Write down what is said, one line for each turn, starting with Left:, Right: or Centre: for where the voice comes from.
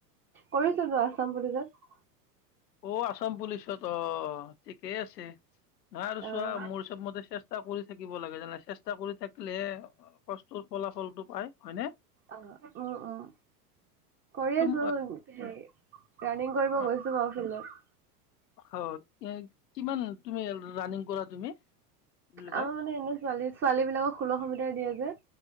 Right: কৰিছিলো আছাম পুলিচত।
Left: অ আসাম পুলিচত অ ঠিকেই আছে। নাই আৰু
Right: অ',
Left: চোৱা মোৰ চব মতে চেষ্টা কৰি, থাকিব লাগে জানে চেষ্টা কৰি থাকিলেহে কষ্টৰ ফলাফলটো পায় হয়নে!
Right: আহ উম উম। কৰি
Left: তুম
Right: আছো হে ৰাণিং কৰিব
Left: অ
Right: গৈছো বাওঁ ফিল্ডত
Left: অ কিমান তুমি ৰানিং কৰা তুমি? কি বুলি কয়
Right: আমাৰ মানে এনে ছোৱালী ছোৱালী বিলাকক ষোল্লশ মিটাৰ দিয়ে যে।